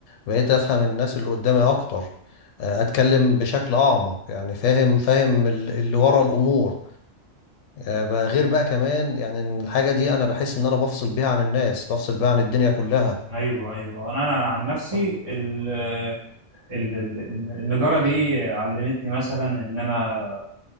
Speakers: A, on the left; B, on the right.
A: بقيت افهم الناس اللي قدامي اكتر آه، اتكلم بشكل اعمق يعني فاهم فاهم ال- اللي ورا الامور آه، بقى غير بقى كمان يعني إن الحاجة دي انا بحس ان انا بفصل بيها عن الناس بفصل بيها عن الدنيا كلها
B: ايوه ايوه انا انا عن نفسي
A: اه
B: ال- آه، ال- ال- النجاره دي علمتني مثلا ان انا